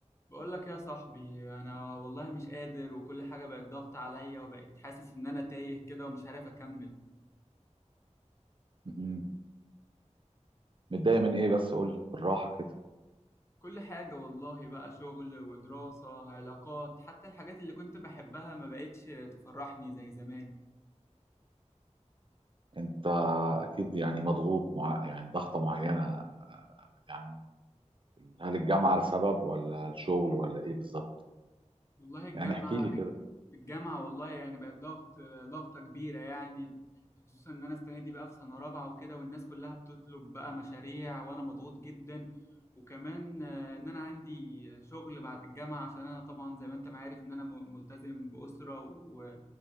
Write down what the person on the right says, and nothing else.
مهم. متضايق من ايه بس قول لي بالراحه كده
انت اكيد يعني مضغوط مع يعني ضغطه معينه يعني هل الجامعه لسبب ولا الشغل ولا ايه بالظبط
يعني احكي لي كده